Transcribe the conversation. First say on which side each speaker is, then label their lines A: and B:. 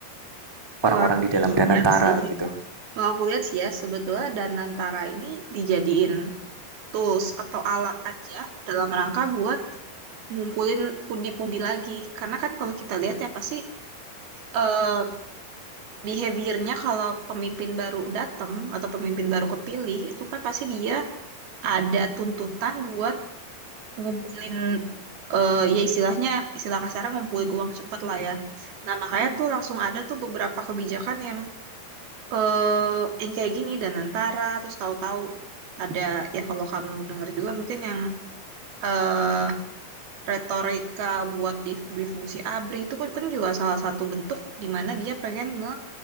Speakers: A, on the right; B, on the right.
A: Kalau
B: orang-orang
A: aku
B: di dalam
A: lihat
B: dan antara
A: sih,
B: gitu?
A: kalau aku lihat sih ya, sebetulnya Danantara ini dijadiin tools atau alat aja dalam rangka buat ngumpulin pundi-pundi lagi. Karena kan kalau kita lihat ya pasti eh behaviornya kalau pemimpin baru datang atau pemimpin baru kepilih itu kan pasti dia ada tuntutan buat ngumpulin eh ya istilahnya istilah kasarnya ngumpulin uang cepet lah ya. Nah makanya tuh langsung ada tuh beberapa kebijakan yang eh yang kayak gini dan antara terus tahu-tahu ada ya kalau kamu dengar juga mungkin yang eh retorika buat di, di fungsi ABRI itu kan, kan juga salah satu bentuk di mana dia pengen nge